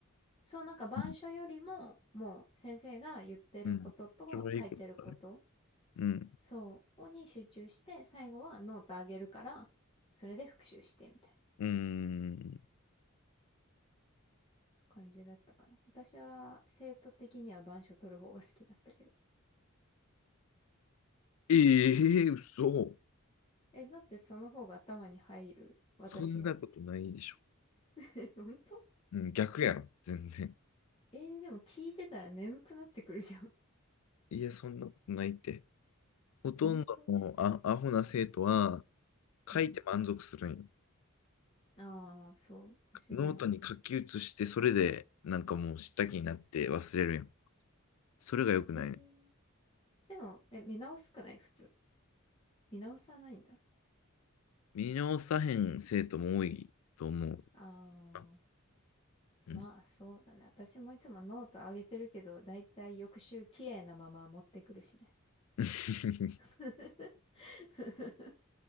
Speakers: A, on the left; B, on the left.
A: そう、なんか板書よりも、
B: うん。
A: もう先生が言ってることと書いてること、
B: うんそれはいいことだね。うん。
A: そう、に集中して、最後はノートあげるから、それで復習してみたいな。
B: うーん。
A: 感じだったかな。私は生徒的には板書取る方が好きだったけど。
B: ええ嘘。
A: え、だってその方が頭に入る、私は。
B: そんなことないでしょ。
A: <laughs> え、本当
B: うん、逆やろ、全然。<laughs>
A: えー、でも聞いてたら眠くなってくるじゃん。
B: いや、そんなことないって。ほとんどのあアホな生徒は
A: <laughs> 本当うん。
B: 書いて満足するんよ。
A: ああ、そう。私では。
B: ノートに書き写して、それでなんかもう知った気になって忘れるやんよ。それが良くないね。
A: えー、でも、え、見直すくない普通。見直さないんだ。
B: 見直さへん生徒も多いと思う
A: ああ、
B: な。うん。
A: まあそうだね。私もいつもノート上げてるけど、だいたい翌週綺麗なまま持ってくるしね。
B: <laughs>
A: <laughs>